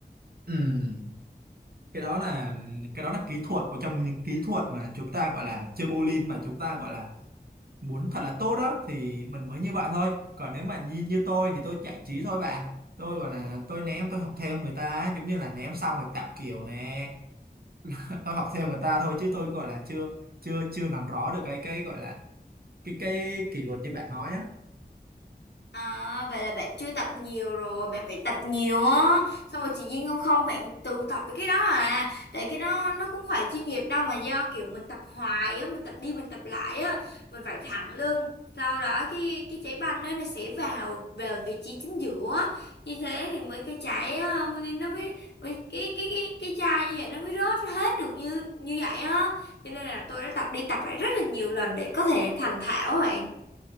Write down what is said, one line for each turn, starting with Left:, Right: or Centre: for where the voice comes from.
Right: Ừm, cái đó là cái đó là kỹ thuật một trong những kỹ thuật mà chúng ta gọi là chơi bowling mà chúng ta gọi là muốn thật là tốt đó thì mình mới như vậy thôi còn nếu mà như như tôi thì tôi giải trí thôi bạn tôi gọi là tôi ném tôi học theo người ta á, giống như là ném xong rồi tạo kiểu nè <laughs> tôi học theo người ta thôi chứ tôi gọi là chưa chưa chưa nắm rõ được cái cái gọi là cái cái kỷ luật như bạn nói á
Left: À, vậy là bạn chưa tập nhiều rồi, bạn phải tập nhiều á. Xong rồi chị Duyên không không bạn tự tập cái đó à. Tại cái đó nó cũng phải chuyên nghiệp đâu mà do kiểu mình tập hoài á, mình tập đi mình tập lại á, mình phải thẳng lưng. Sau đó cái cái trái banh đó nó sẽ vào vào vị trí chính giữa. á. Như thế thì mới cái trái ờ, nên nó mới mới- cái cái cái cái chai như vậy nó mới rớt hết được như như vậy á. Cho nên là tôi đã tập đi tập lại rất là nhiều lần để có thể thành thạo á bạn.